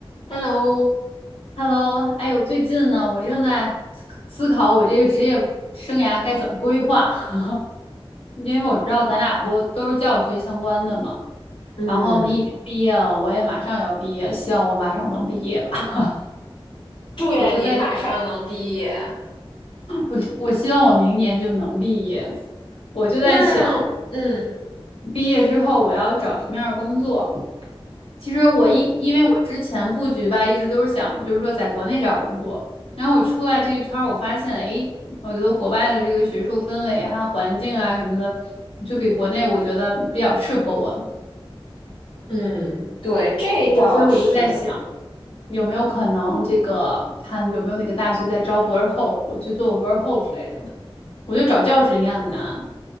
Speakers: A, on the left (about 55°); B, on the left (about 80°).
A: Hello，
B: Hello，哎呦，我最近呢，我正在思思考我这个职业生涯该怎么规划，<laughs> 因为我知道咱俩不都是教育学相关的嘛，
A: 嗯，
B: 然后你已经毕业了，我也马上要毕业，希望我马上能毕业吧。<laughs>
A: 祝愿你马上能毕业。
B: 我就在，我我希望我明年就能毕业，我就在想。
A: 那，嗯
B: 毕业之后我要找什么样的工作？其实我一因为我之前布局吧，
A: 嗯
B: 一直都是想就是说在国内找工作，然后我出来这一圈儿，我发现哎，我觉得国外的这个学术氛围啊、环境啊什么的，就比国内我觉得比较适合我，
A: 嗯，对，这倒是，
B: 我所以我就在想有没有可能这个看有没有哪个大学在招博士后，我去做个博士后之类的。我觉得找教职应该很难，